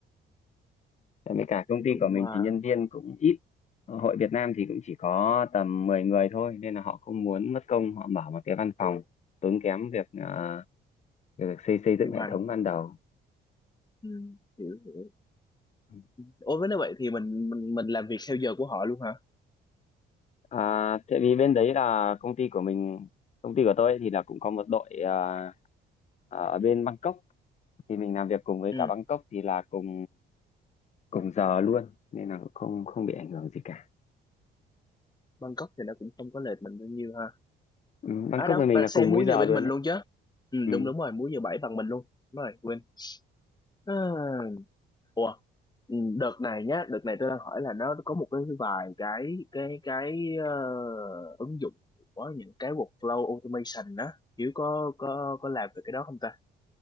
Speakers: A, on the left (about 35°); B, on the left (about 20°).
A: tại vì cả công
B: ừ,
A: ty
B: cũng
A: của mình
B: à,
A: thì nhân viên cũng ít Ờ, hội Việt Nam thì cũng chỉ có tầm 10 người thôi nên là họ không muốn mất công họ mở một cái văn phòng tốn kém việc à, việc xây xây dựng
B: điều
A: hệ
B: hành
A: thống ban đầu
B: ừ, hiểu hiểu
A: Ừ.
B: ôi với nếu vậy thì mình mình mình làm việc theo giờ của họ luôn hả
A: À, tại vì bên đấy là công ty của mình, công ty của tôi ấy thì là cũng có một đội à, à, ở bên Bangkok thì mình làm việc cùng với
B: ừ
A: cả Bangkok thì là cùng cùng giờ luôn nên là cũng không không bị ảnh hưởng gì cả.
B: Bangkok thì nó cũng không có lệch mình bao nhiêu ha
A: Ừ, Bangkok
B: À đâu
A: với mình
B: bạn
A: là
B: xem
A: cùng múi
B: múi
A: giờ
B: giờ bên
A: luôn
B: mình
A: đấy.
B: luôn chứ ừ,
A: Ừ.
B: đúng đúng rồi múi giờ bảy bằng mình luôn đúng rồi quên à, ủa ừ, đợt này nhá đợt này tôi đang hỏi là nó có một cái vài cái cái cái ờ, ứng dụng của những cái workflow automation á Hiếu có có có làm về cái đó không ta